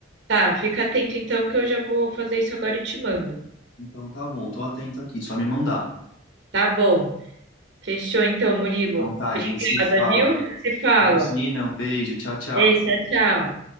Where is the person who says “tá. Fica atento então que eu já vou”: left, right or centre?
Right